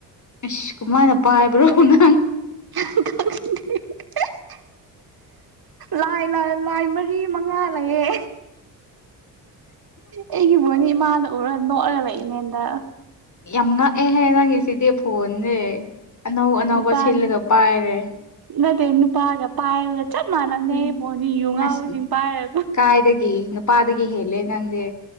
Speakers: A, on the left; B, on the right.
A: ꯑꯁ ꯀꯃꯥꯏꯅ ꯄꯥꯏꯕ꯭ꯔꯣ ꯅꯪ
B: <unintelligible> ꯂꯥꯏ ꯂꯥꯏ ꯂꯥꯏ ꯃꯔꯤ ꯃꯉꯥ ꯂꯩꯌꯦ ꯑꯩꯒꯤ ꯐ‌ꯣꯟꯁ‌ꯦ ꯏꯃꯥꯅ ꯎꯔꯒ ꯅꯣꯛꯑꯒ ꯂꯩꯏꯔꯤꯅꯦ ꯍꯟꯗꯛ
A: ꯌꯥꯝ ꯉꯛꯑꯦꯍꯦ ꯅꯪꯒꯤꯁꯤꯗꯤ ꯐꯣꯟꯁ‌ꯦ ꯑꯅꯧ ꯑꯅꯧꯕ
B: ꯅꯨꯄꯥ
A: ꯁꯤꯜꯂꯒ ꯄꯥꯏꯔꯦ
B: ꯅꯠꯇꯦ ꯅꯨꯄꯥꯒ ꯄꯥꯏꯕꯒ ꯆꯞ ꯃꯥꯟꯅꯕꯅꯦ
A: ꯎꯝ
B: ꯑꯩ ꯐ‌ꯣꯟꯁ‌ꯦ ꯌꯨ ꯉꯥꯎꯕꯁꯤꯡ
A: ꯑꯁ
B: ꯄꯥꯏꯔꯒ
A: ꯀꯥꯏꯗꯒꯤ ꯅꯨꯄꯥꯗꯒꯤ ꯍꯦꯜꯂꯦ ꯅꯪꯗꯤ